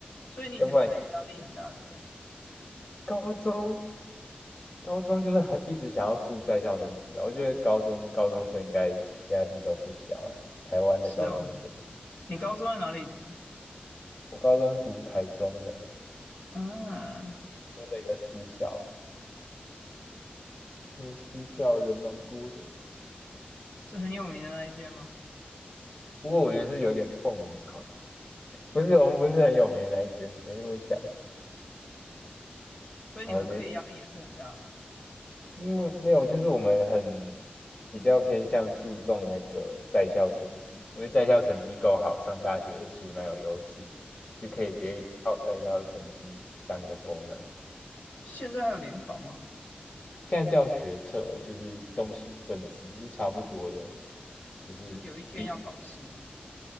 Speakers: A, on the left; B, on the left.
A: 所以你以前课业压力很大，
B: 要不然
A: 是不是？
B: 高中高中就是很一直想要顾在校成绩吧，我觉得高中高中生应该压力都不小了。台湾的高中生，
A: 是哦，你高中在哪里读？
B: 我高中读台中的，
A: 嗯，
B: 中的一个私校，那个私校人蛮多的，
A: 是很有名的那一间吗？
B: 不过我觉得是有点臭名昭著。不是我们不是很有名的那一间，没那么强。
A: 所以你们课业压力也是很大，
B: 好我觉得，嗯，没有，就是我们很比较偏向注重那个在校成绩，因为在校成绩够好，上大学其实蛮有优势的，就可以直接靠在校成绩当一个
A: 了解。
B: bonus。
A: 现在还有联考吗？
B: 现在叫学测了，就是东西本质是差不多的，只是一，
A: 就是有一天要考试，